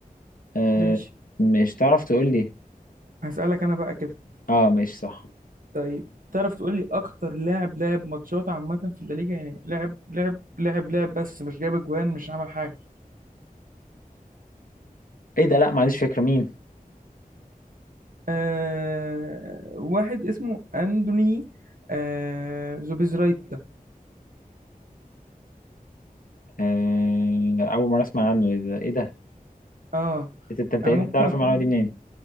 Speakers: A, on the left; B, on the right.
A: آه
B: ماشي
A: مش تعرف تقول لي
B: هسألك انا بقى كده
A: اه مش صح
B: طيب تعرف تقول لي اكتر لاعب لعب ماتشات عامه في الليجا يعني لعب لعب لعب لعب بس مش جاب اجوان مش عمل حاجه
A: ايه ده لا ما عنديش فكره مين
B: آه واحد اسمه أندوني آه زوبيزرايتا
A: آه اول مره اسمع عنه ايه ده ايه ده
B: اه
A: إيه ده؟ انت انت
B: انا
A: إنت
B: ممكن
A: تعرف
B: اكون
A: المعلومه دي منين